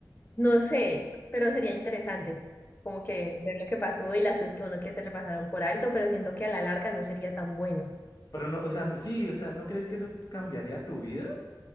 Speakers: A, on the left; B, on the left.
A: No sé, pero sería interesante como que ver lo que pasó y las cosas que uno que se le pasaron por alto, pero siento que a la larga no sería tan bueno.
B: Pero no, o sea, sí, o sea, ¿no crees que eso cambiaría tu vida?